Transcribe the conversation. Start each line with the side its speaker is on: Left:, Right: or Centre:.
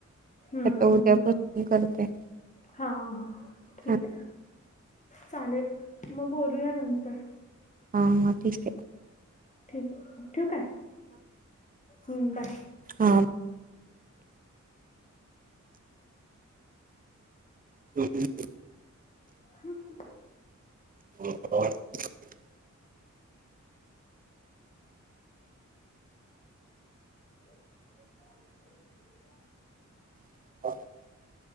Left: हम्म
Right: आता उद्या पण <unintelligible> करते.
Left: हा ह ठीक
Right: हा
Left: आहे, चालेल म बोलूया नंतर
Right: हां हा ठीक हे.
Left: ठीक ठिऊ काय हूं बाय.
Right: हांम. <inaudible>
Left: हूं!
Right: ब <unintelligible>
Left: <inaudible>
Right: <inaudible>